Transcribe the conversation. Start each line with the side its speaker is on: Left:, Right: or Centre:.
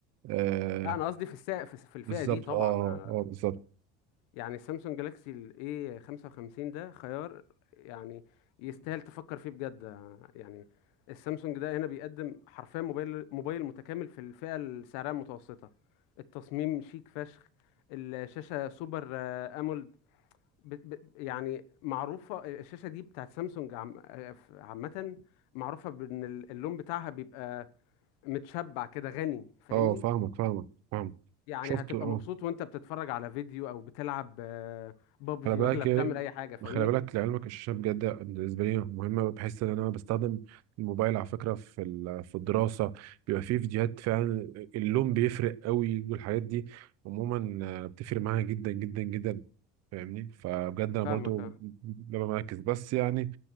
Right: آه
Left: لا انا قصدي في السا... في في الفئه
Right: بالظبط
Left: دي طبعا
Right: اه
Left: آه.
Right: اه بالظبط
Left: يعني السامسونج جالاكسي الاي 55 ده خيار يعني يستاهل تفكر فيه بجد آه، يعني السامسونج ده هنا بيقدم حرفيا موبايل موبايل متكامل في الفئه السعريه المتوسطه التصميم شيك فشخ الشاشه سوبر آه، امول ب... ب... يعني معروفة الشاشة دي بتاعت سامسونج عم... آه، ف- عامة معروفة بإن ال- اللون بتاعها بيبقى متشبع كده غني فاهمني؟
Right: اه فاهمك فاهمك فاهمك
Left: يعني
Right: شفت
Left: هتبقى
Right: اه
Left: مبسوط وانت بتتفرج على فيديو او بتلعب آه، بابجي
Right: خلي بالك
Left: ولا بتعمل
Right: إيه،
Left: اي حاجة فاهمني؟
Right: خلي بالك لعلمك الشاشة بجد بالنسبة لي مهمة بحس إن أنا بستخدم الموبايل على فكرة في ال- في الدراسة بيبقى فيه فيديوهات فعلا اللون بيفرق قوي والحاجات دي عموما آه، بتفرق معايا جدا جدا جدا فاهمني فبجد أنا
Left: فاهمك
Right: برضو
Left: اه
Right: ببقى مركز بس يعني